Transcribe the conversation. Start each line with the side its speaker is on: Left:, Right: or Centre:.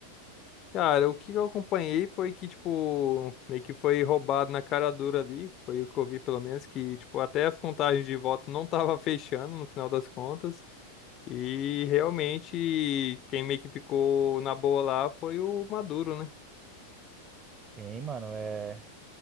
Left: Cara, o que eu acompanhei foi que, tipo, meio que foi roubado na cara dura ali. Foi o que eu vi, pelo menos, que, tipo, até as contagens de voto não tava <laughs> fechando no final das contas. E realmente, quem meio que ficou na boa lá foi o Maduro, né?
Right: Sim, mano, é